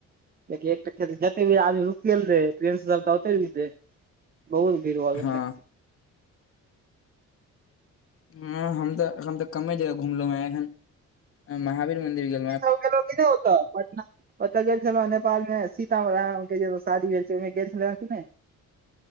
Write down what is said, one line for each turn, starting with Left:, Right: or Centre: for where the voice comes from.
Right: कियेकि एकटा जते भी आदमी रुकगेल रहै ट्रेन स सबटा ओतै रुकि जेतै। बहुत भीड़ भऽ गेल
Left: हँ
Right: रह।
Left: हॅं हम त एखन त कम्मे जगह घुमलौं हें एहेन, आहम महावीर मंदिर गेल
Right: गेलौं कि नै ओतऽ पट ओतऽ गेल छलौंए नेपाल मे सीता राम के जे शादी भेल छै ओइमे गेल छलौंए कि नै?